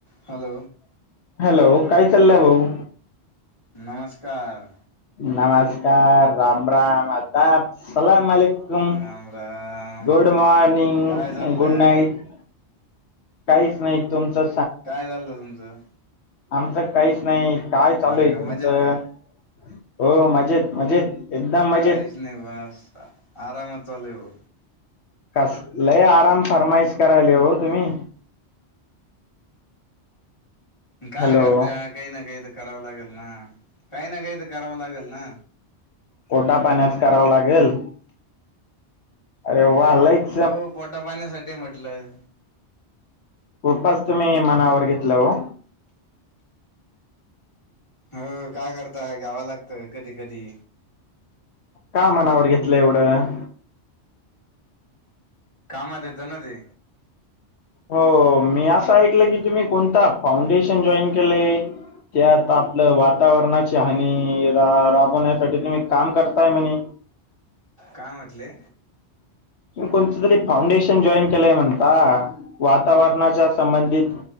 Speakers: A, on the left; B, on the left.
A: Hello
B: hello काय चाललंय भाऊ?
A: नमस्कार.
B: नमस्कार, राम राम, आदाप, सलाल माली काम.
A: राम राम
B: गुड मॉरनिंग.
A: काय चाललंय
B: गुड नाईट. काहीच नाही. तुमचं
A: काय झालर तुमचं?
B: आमचं काहीच नाही. काय चालूय
A: हा का
B: तुमचं.
A: मजेत का
B: हो मजेत मजेत. एकदम मजेत
A: काहीच नाही बास. आरामात चालूय भो.
B: कस लय आराम फरमाईश करायला हो तुम्ही
A: काय
B: हॅलो
A: करते? काही ना काही तर करावं लागेल ना काही ना काही तर करावं लागेल ना.
B: पोटा पाण्याच कराव लागेल अरे वा लयच
A: हो पोटा पाण्यासाठी म्हटलंय.
B: खूपच तुम्ही मनावर घेतलं हो.
A: ह काय करताय घ्यावं लागतं कधी कधी
B: का मनावर घेतलं एवढं?
A: कामात येतं ना ते
B: हो मी असं ऐकलं की तुम्ही कोणता फाउंडेशन जॉईन केलंय? त्या आत आपलं वातावरणाची हानी रा राबवण्यासाठी तुम्ही काम करताय म्हणे.
A: काय म्हटले?
B: तु कोणत तरी फाउंडेशन जॉईन केलंय म्हणता वातावरणाच्या संबंधित